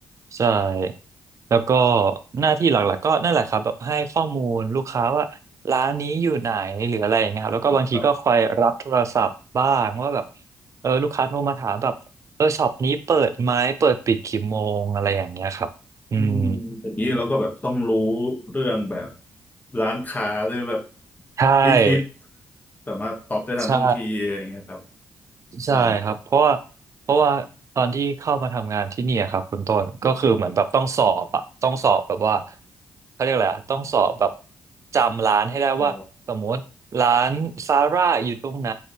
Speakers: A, on the right; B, on the left.
A: ใช่แล้วก็หน้าที่หลักๆก็นั่นแหละครับแบบให้ข้อมูลลูกค้าว่าร้านนี้อยู่ไหนหรืออะไรอย่างเงี้ยครับแล้วก็บางทีก็คอยรับโทรศัพท์บ้างว่าแบบ
B: แบบ
A: เออลูกค้าโทรมาถามแบบเออช็อปนี้เปิดไหมเปิดปิดกี่โมงอะไรอย่างเงี้ยครับอืม
B: อืมอย่างนี้เราก็แบบต้องรู้เรื่องแบบร้านค้าหรือแบบ
A: ใช่
B: ฮิตฮิตสามารถตอบได้ทันท่วงทีอะไรอย่างเงี้ยครับ
A: ใช่
B: เออ
A: ใช่ครับเพราะว่าเพราะว่าตอนที่เข้ามาทำงานที่เนี่ยครับคุณต้นก็คือเหมือนแบบต้องสอบอะต้องสอบแบบว่าเขาเรียกอะไรอะต้องสอบแบบจำร้านให้ได้ว่าสมมติร้านซาร่าอยู่ตรงไหน
B: อ๋อ